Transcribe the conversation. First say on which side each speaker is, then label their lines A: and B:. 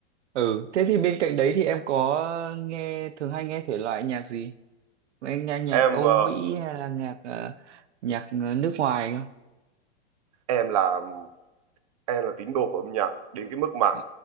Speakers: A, on the right; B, on the right.
A: ừ thế thì bên cạnh đấy thì em có nghe thường hay nghe thể loại nhạc gì? Em nghe nhạc
B: em
A: Âu
B: ờ,
A: Mỹ hay là nhạc ờ, nhạc ờ, nước ngoài không?
B: em là em là tín đồ của âm nhạc đến cái mức mà
A: Ờ,